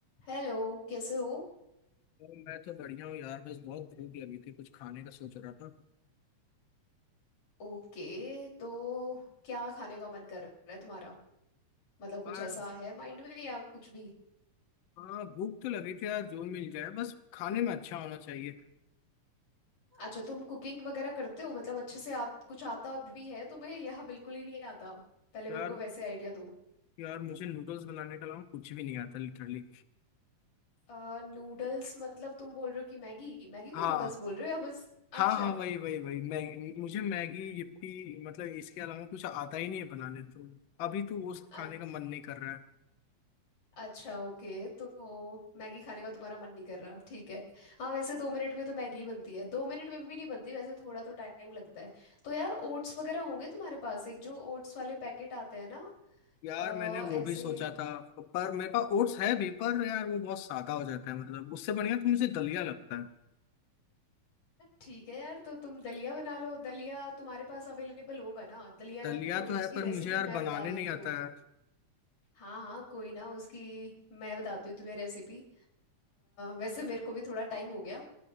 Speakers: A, on the left (about 65°); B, on the left (about 80°).
A: हेलो कैसे हो
B: और मैं तो बढ़िया हूँ यार बस बहुत भूख लगी थी कुछ खाने का सोच रहा था
A: ओके तो क्या खाने का मन कर रहा है तुम्हारा मतलब कुछ
B: यार
A: ऐसा है माइंड में या कुछ भी
B: हाँ भूख तो लगी थी यार जो मिल जाए बस खाने में अच्छा होना चाहिए
A: अच्छा तुम कुकिंग वगैरह करते हो मतलब अच्छे से आ, कुछ आता भी है तुम्हें या बिल्कुल ही नहीं आता पहले
B: यार
A: मेरे को वैसे आइडिया दो
B: यार मुझे नूडल्स बनाने के अलावा कुछ भी नहीं आता लिटरली
A: आ, नूडल्स मतलब तुम बोल रहे हो कि मैगी मैगी
B: हाँ
A: को नूडल्स बोल रहे हो या बस
B: हाँ
A: अच्छा
B: हाँ वही वही वही मैगी मुझे मैगी यिप्पी मतलब इसके अलावा कुछ आता ही नहीं है बनाने तो अभी तो वो सब
A: <laughs>
B: खाने का मन नहीं कर रहा है
A: अच्छा ओके तो मैगी खाने का तुम्हारा मन नहीं कर रहा ठीक है हाँ वैसे दो मिनट में तो मैगी बनती है दो मिनट में भी नहीं बनती वैसे थोड़ा तो टाइम लगता है तो यार ओट्स वगैरह होंगे तुम्हारे पास एक जो ओट्स वाले पैकेट आते हैं ना
B: यार
A: अ,
B: मैंने वो
A: ऐसे
B: भी सोचा था पर मेरे पास ओट्स है भी पर यार वो बहुत सादा हो जाता है मतलब उससे बढ़िया तो मुझे दलिया लगता है
A: ठीक है यार तो तुम दलिया बना लो दलिया तुम्हारे पास अवेलेबल होगा ना दलिया
B: दलिया
A: थोड़ी
B: तो है
A: उसकी
B: पर
A: रेसिपी
B: मुझे यार
A: मैं
B: बनाने
A: बता देती
B: नहीं
A: हूँ
B: आता है
A: हाँ हाँ कोई ना उसकी मैं बताती हूँ तुम्हें रेसिपी वैसे मेरे को भी थोड़ा टाइम हो गया